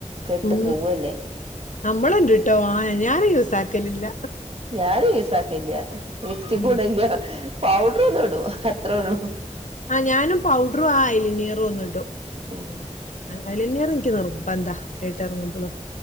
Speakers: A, on the right (about 50°); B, on the left (about 80°).
A: കെട്ട്
B: ഉം
A: പോവല്ലേ
B: നമ്മളണ്ട്ട്ടോ ആ ഞാൻ യൂസ് ആക്കലില്ല
A: ഞാനും യൂസാക്കലില്ല ലിഫ്റ്റിക്കും
B: ഉം
A: ഇടലില്ല്യ പൗഡർ ഒന്നും ഇടും അത്ര ഉള്ളൂ
B: ആഹ് ഞാനും പൗഡറും ആ അലിനീയറും ഒന്നും ഇടും
A: ഏഹ്
B: അലീഞ്ഞറ് ഇനിക്ക് നിർബന്ധാ അതിട്ട് ഇറങ്ങുമ്പളും